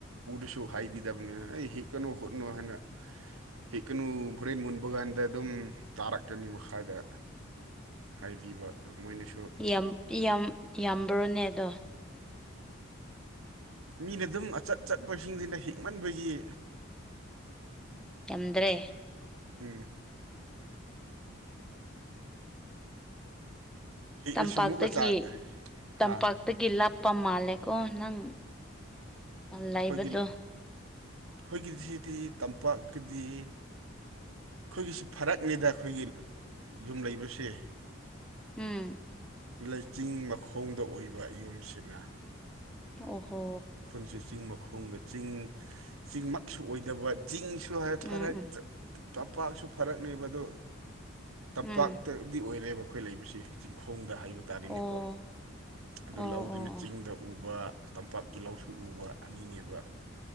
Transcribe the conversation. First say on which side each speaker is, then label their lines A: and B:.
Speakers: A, on the right; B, in the centre.
A: ꯎꯔꯁꯨ ꯍꯥꯏꯕꯤꯗꯕꯅꯦ ꯑꯩ ꯍꯦꯛꯀꯅꯨ ꯍꯣꯠꯅꯣ ꯍꯥꯏꯅ ꯍꯦꯛꯀꯅꯨ ꯍꯣꯔꯦꯟ ꯃꯨꯟꯕ ꯀꯥꯟꯗ ꯑꯗꯨꯝ ꯇꯥꯔꯛꯀꯅꯤ ꯃꯈꯥꯗ ꯍꯥꯏꯕꯤꯕ ꯑꯣ ꯃꯣꯏꯅꯁꯨ
B: ꯌꯥꯝ ꯌꯥꯝ ꯌꯥꯝꯕ꯭ꯔꯣꯅꯦ ꯑꯗꯣ
A: ꯃꯤꯅ ꯑꯗꯨꯝ ꯑꯆꯠ ꯆꯠꯄꯁꯤꯡꯁꯤꯅ ꯍꯤꯃꯟꯕꯒꯤ
B: ꯌꯥꯝꯗ꯭ꯔꯦ
A: ꯎꯝ ꯍꯦꯛꯂꯁꯨ
B: ꯇꯝꯄꯥꯛꯇꯒꯤ
A: ꯑꯃꯨꯛꯀ ꯆꯥ
B: ꯇꯝꯄꯥꯛ
A: ꯍꯥ
B: ꯇꯒꯤ ꯂꯥꯞꯄ ꯃꯥꯜꯂꯦꯀꯣ ꯅꯪ ꯂꯩꯕꯗꯣ
A: ꯑꯩꯈꯣꯏꯒꯤ ꯑꯩꯈꯣꯏꯒꯤꯁꯤꯗꯤ ꯇꯝꯄꯥꯛꯀꯗꯤ ꯑꯩꯈꯣꯏꯒꯤꯁꯤ ꯐꯔꯛꯅꯤꯗ ꯑꯩꯈꯣꯏꯒꯤ ꯌꯨꯝ ꯂꯩꯕꯁꯦ
B: ꯎꯝ
A: ꯂꯩꯆꯤꯡ ꯃꯈꯣꯡꯗ ꯑꯣꯏꯕ ꯌꯨꯝꯁꯤꯅ
B: ꯑꯣ ꯍꯣ
A: ꯑꯩꯈꯣꯏꯁꯨ ꯆꯤꯡ ꯃꯈꯣꯡꯗ ꯆꯤꯡ ꯆꯤꯡꯃꯛꯁꯨ ꯑꯣꯏꯗꯕ ꯆꯤꯡꯁꯨ ꯍꯥꯏ
B: ꯎꯝ
A: ꯐꯔꯛ
B: ꯎꯝ
A: ꯇꯝꯄꯥꯛꯁꯨ ꯐꯔꯛꯅꯦꯕ ꯑꯗꯣ ꯇꯝꯄꯥꯛꯇꯗꯤ
B: ꯎꯝ
A: ꯑꯣꯏꯔꯦꯕ ꯑꯩꯈꯣꯏ ꯂꯩꯕꯁꯤ ꯆꯤꯡꯈꯣꯡꯗ ꯍꯥꯏꯕ ꯇꯥꯔꯦꯅꯦꯀꯣ
B: ꯑꯣ
A: ꯑꯗꯨ
B: ꯑꯣ
A: ꯂꯧꯗꯨꯅ
B: ꯑꯣ
A: ꯆꯤꯡꯗ ꯎꯕ ꯇꯝꯄꯥꯛꯀꯤꯂꯧꯁꯨ ꯎꯕ ꯑꯅꯤꯅꯦꯕ